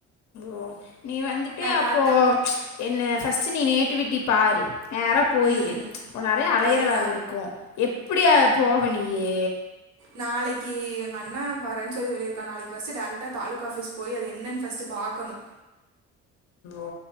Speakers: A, on the left; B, on the right.
A: ஓ நீ வந்துட்டு
B: டேரெக்டா
A: அப்போ என்ன ஃபர்ஸ்ட்டு நீ நேட்டிவிட்டி பாரு நேரா போயிரு
B: ம்
A: நெறைய அலையிற
B: அதுதா
A: வேல இருக்கு எப்டி போவ நீயி
B: நாளைக்கி எங்க அண்ணே வரேன் சொல்லி சொல்லிருக்கா நாளைக்கி ஃபர்ஸ்ட்டு டேரக்டா தாலுகா ஆஃபீஸ் போய் அது என்னன் ஃபஸ்டு பாக்கணு
A: ஓ